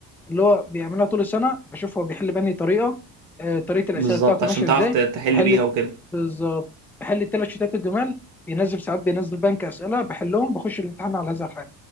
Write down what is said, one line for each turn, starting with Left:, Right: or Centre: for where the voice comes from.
Centre: اللي هو بيعملها طول السنه بشوف هو بيحل بأنهي طريقه آه، طريقه الاسئله
Right: بالظبط
Centre: بتاعته
Right: عشان
Centre: ماشيه
Right: تعرف
Centre: ازاي
Right: ت- تحل
Centre: بيحل
Right: بيها وكده
Centre: بالظبط بحل الثلاث شيتات الجمال بينزل ساعات بينزل بنك اسئله بحلهم بخش الامتحان على هذا الحال